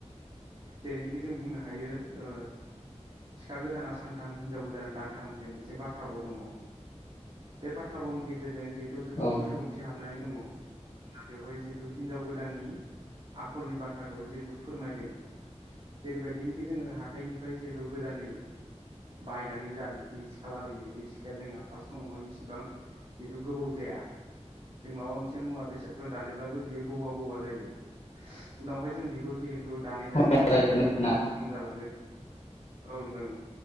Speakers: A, on the right; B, on the left.
A: जेरैनिखि जों बुंनो हायो ओ सिखा गोदाना सानथाम हिनजाव गोदाना दानथाम होननाय मोनसे बाथ्रा भाव दङ बे बाथ्रा भावनि गेजेरजों जि थ' जोबोद
B: औ
A: गोथौ मोनसे हाबनानै दङ। बेवहाय जिहेतु हिनजाव गोदाननि आखलनि बाथ्राखौ जिहेतु फोरमायदों जेरैबायदिनिखि जोङो हाथायनिफ्राय जिहेथु गोदानै बायनानै जानाखि सिखा लाबोयो बे सिखाया जोंहा फार्स्ट समावहाय इसिबां जिहेथु गोबौ जाया जों माबा मोनसे मुवा बेसाद फोर दानोब्लाबो बियो बौवा बौवा जायो उनावहाय जों बेखौ जिहे दानै
B: समाया
A: दानै दाननानै
B: जाहैबाय आरोना।
A: जेब्लानाखि सम जालाङो ओं ओं